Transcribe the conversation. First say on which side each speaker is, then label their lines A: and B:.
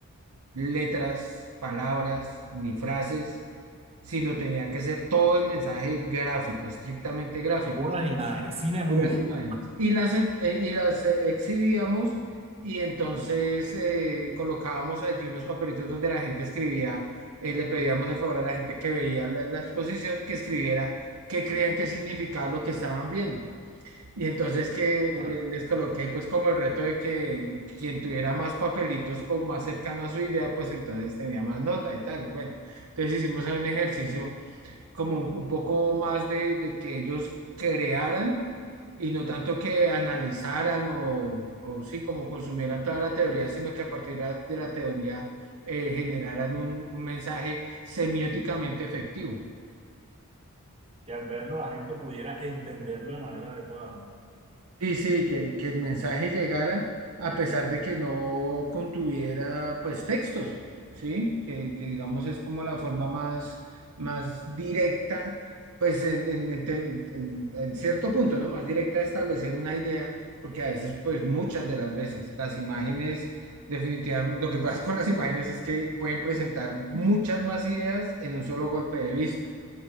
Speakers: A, on the right; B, on the right.
A: letras, palabras, ni frases, sino tenía que ser todo el mensaje gráfico, estrictamente gráfico
B: Puras imágenes, cine mudo.
A: puras imágenes. Y las, en- eh, y las eh, exhibíamos y entonces eh, colocábamos allí unos papelitos donde la gente escribía, eh, le pedíamos el favor a la gente que veía la, la exposición que escribiera qué creían que significaba lo que estaban viendo. Y entonces que
B: Ah.
A: le- les coloqué pues como el reto de que quien tuviera más papelitos como más cercano a su idea, pues entonces tenía más nota y tal. Bueno, entonces hicimos ahí un ejercicio como un poco más de, de que ellos crearan y no tanto que analizaran o, o sí, como consumieran toda la teoría, sino que a partir de la teoría eh, generaran un, un mensaje semióticamente efectivo.
B: Y al verlo la gente pudiera entenderlo de manera adecuada.
A: Sí, sí, que, que el mensaje llegara a pesar de que no contuviera pues textos, ¿sí? Que, que, digamos es como la forma más, más directa, pues en, en- en te- en- en cierto punto, ¿no? Más directa de establecer una idea, porque a veces pues muchas de las veces las imágenes definitivamente, lo que pasa con las imágenes es que pueden presentar muchas más ideas en un solo golpe de vista.